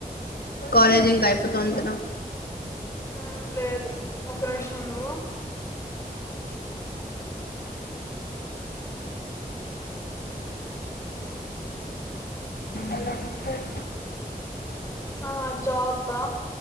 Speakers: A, on the left; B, on the left.
A: కాలేజ్ ఇంకా అయిపోతాంది కదా
B: హుమ్ లేదు ఒక నిమిషం ఉండు.
A: ఎలా ఉంటర్.
B: ఆ జాబా